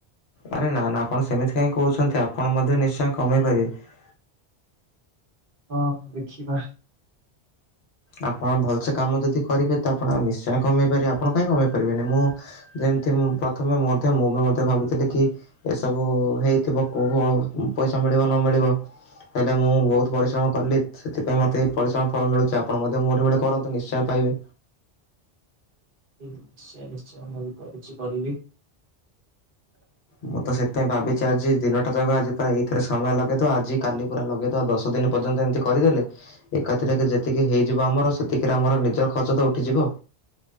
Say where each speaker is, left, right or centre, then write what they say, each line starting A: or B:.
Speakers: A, on the left; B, on the right.
A: ଆରେ ନା ନା ଆପଣ ସେମିତି କାହିଁ କହୁଛନ୍ତି ଆପଣ ମଧ୍ୟ ନିଶ୍ଚୟ କମେଇ ପାରିବେ।
B: ହଁ ଦେଖିବା।
A: ଆପଣ ଭଲସେ କାମ ଯଦି କରିବେ ତ ଆପଣ ନିଶ୍ଚୟ କମେଇ ପାରିବେ ଆପଣ କାହିଁ କମେଇ ପାରିବେନି ମୁଁ ଯେମିତି ପ୍ରଥମେ ମୁଁ ମଧ୍ଯ ମୁଁ ବି ମଧ୍ୟ ଭାବୁଥିଲି କି ଏସବୁ ହେଇଥିବ କୋଉ ପଇସା ମିଳିବ ନ ମିଳିବ ହେଲେ ମୁଁ ବହୁତ ପରିଶ୍ରମ କଲି ସେଥିପାଇଁ ମତେ ପରିଶ୍ରମ ଫଳ ମିଳୁଛି ଆ ପଣ ମଧ୍ୟ ମୋରି ଭଳି କରନ୍ତୁ ନିଶ୍ଚୟ ପାଇବେ।
B: ନିଶ୍ଚୟ ନିଶ୍ଚୟ ମୁଁ ବି କରିଛି କରିବି।
A: ମୁଁ ତ ସେଥିପାଇଁ ଭାବିଛି ଆଜି ଦିନଟା ଯାକ ଆଜି ପୁରା ଏଇଥିରେ ସମୟ ଲଗେଇଦବା ଆଜି କାଲି ପୁରା ଲଗେଇଦବା ଦଶ ଦିନି ପର୍ଯ୍ୟନ୍ତ ଏମତି କରିଦେଲେ ଏକା ଥରେକେ ଯେତିକି ହେଇଯିବ ଆମର ସେତିକିରେ ଆମର ନିଜର ଖର୍ଚ୍ଚ ତ ଉଠିଯିବ।